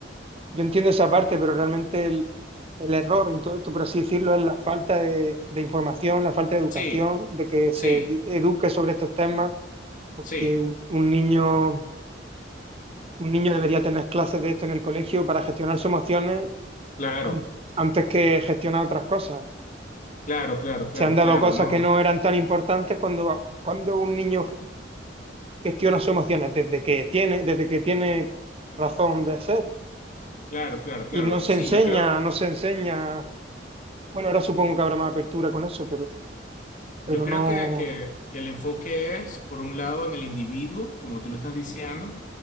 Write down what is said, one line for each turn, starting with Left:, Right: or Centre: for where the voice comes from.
Right: yo entiendo esa parte, pero realmente el, el error en todo esto, por así decirlo, es la falta de, de información, la falta de educación,
Left: Sí,
Right: de que
Left: sí,
Right: se di- eduque sobre estos temas, porque
Left: sí,
Right: un, un niño, un niño debería tener clases de esto en el colegio para gestionar sus emociones
Left: claro,
Right: an- antes que gestionar otras cosas.
Left: claro, claro, claro,
Right: se han dado
Left: claro,
Right: cosas
Left: no,
Right: que no eran tan importantes cuando, cuando un niño gestiona sus emociones desde que tiene, desde que tiene razón de ser.
Left: claro, claro, claro.
Right: Y no se
Left: Sí,
Right: enseña,
Left: yo creo.
Right: no se enseña. Bueno, ahora supongo que habrá más apertura con eso, pero,
Left: Yo
Right: pero
Left: creo
Right: no.
Left: que, que- que el enfoque es, por un lado, en el individuo, como tú lo estás diciendo,